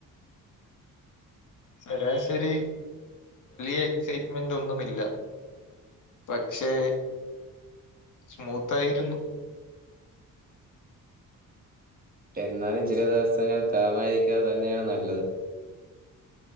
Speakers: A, on the left; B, on the right.
A: ശരാശരി വലിയ എക്സൈറ്റ്മെന്റ് ഒന്നുമില്ല. പക്ഷേ സ്മൂത്തായിരുന്നു
B: എന്നാലും ചില ദിവസങ്ങൾ കാമാരിക്കാത തന്നെയാണ് നല്ലത്